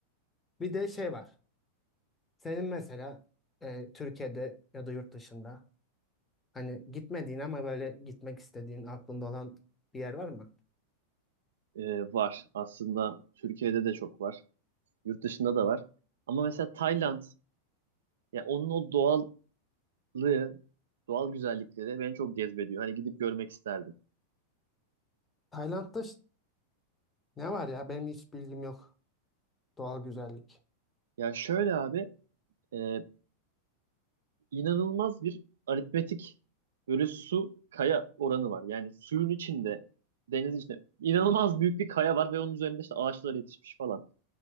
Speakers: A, on the left; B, on the right.
A: Bir de şey var. Senin mesela e, Türkiye'de ya da yurt dışında hani gitmediğin ama böyle gitmek istediğin aklında olan bir yer var mı?
B: e, var. Aslında Türkiye'de de çok var. Yurt dışında da var. Ama mesela Tayland, ya onun o doğal doğallığı, doğal güzellikleri beni çok cezbediyor. Hani gidip görmek isterdim.
A: Tayland'da ş- ne var ya? Benim hiç bilgim yok. Doğal güzellik.
B: Ya şöyle abi, e, inanılmaz bir aritmetik böyle su kaya oranı var. Yani suyun içinde, denizin içinde inanılmaz büyük bir kaya var ve onun üzerinde işte ağaçlar yetişmiş falan.